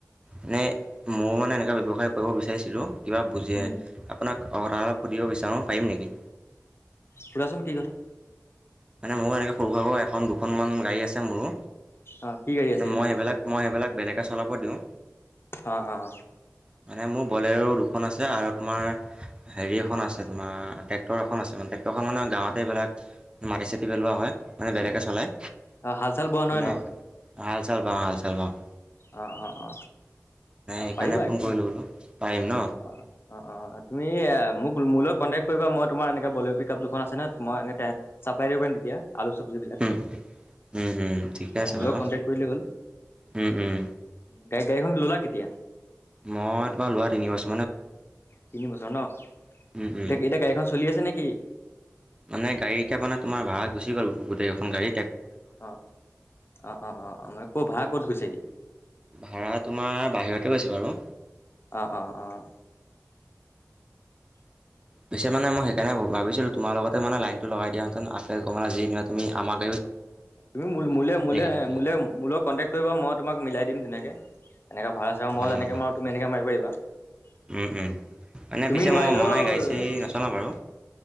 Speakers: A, on the right; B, on the left.
A: এনেই ময় মানে এনেকুৱা ব্যৱসায় কৰিব বিচাৰিছিলোঁ। কিবা বুজি
B: উম
A: আপোনাক কথা সুধিব বিচাৰোঁ পাৰিম নেকি।
B: শুধাচোন কি কথা।
A: মানে মোৰো এনেকৈ সৰু সোৰা কৈ এখন দুখনমান গাড়ী আছে মোৰো।
B: অ' কি গাড়ী আছে এনে
A: মই
B: পিছে
A: সেইবিলাক
B: তোমাৰ
A: মই সেইবিলাক বেলেকক চলাব দিওঁ।
B: অ' অ'
A: মানে মোৰ বলে'ৰো দুখন আছে আৰু তোমাৰ। হেৰি এখন আছে তোমাৰ ট্ৰেক্টৰ এখন আছে মানে ট্ৰেক্টৰখন মানে গাঁৱতে এইবিলাক। মাটি চাটি পেলোৱা হয় মানে বেলেগে চলায়।
B: অ হাল চাল বোৱা
A: মানে
B: নহয় ন।
A: হাল চাৰ বাও হাল চাৰ বাও।
B: অ অ অ
A: সেইকাৰণে
B: পাৰিবা
A: ফোন
B: একো
A: কৰিলোঁ
B: নাই।
A: বোলো পাৰিম ন
B: অ অ অ তুমি। মোক মোলৈ কণ্টেক্ট কৰিব মই তোমাৰ এনেকে বলে'ৰ পিক আপ দুখন আছে নহয় মই এ চাপলাই দিব পাৰিম তেতিয়া। আলু চব্জিবিলাক
A: উম উম উম ঠিকে
B: অ
A: আছে
B: মোৰ
A: বাৰু
B: লগত কন্টেক্ট কৰিলেই হ'ল।
A: উম উম
B: গাড় গাড়ীখন ল'লা কেতিয়া।
A: মই তোমাৰ লোৱা তিন বছৰ।
B: তিনি বছৰ ন
A: উম উম
B: এতিয়া এতিয়া গাড়ীখন চলি আছে নেকি।
A: মানে গাড়ীতিয়া পানে তোমাৰ ভাড়া গু গল গোটেইখন গড়ী।
B: অ অ অ অ অ মানে ক' ভাড়া ক'ত গৈছে এতিয়া।
A: ভাড়া তোমাৰ বাহিৰতে গৈছে বাৰু উ।
B: অ', অ', অ', <unintelligible>
A: পিছে মানে মই সেইকাৰণে ভিছিলো তোমাৰ লগতে মান লাইটো লগ দিয়াহেতে আতে কমাল যি দিনা তুমি আমাক।
B: তুমি মোৰলে মোৰ লে
A: নিবলৈ
B: মোলৈ কণ্টেক্ কৰিব মই তোমাক মিলাই দি। দিম ধুনকৈ এনেকৈ আছে আৰু
A: অঁ
B: মই যেনেকে মাৰো তুমি তেনেকৈ মাৰিব পাৰি বা
A: উম উম। মানে
B: তুমি
A: পিছে
B: নোৱাৰিলেও
A: মই মনাই গাড়ী চাড়ী নচলাওঁ বাৰু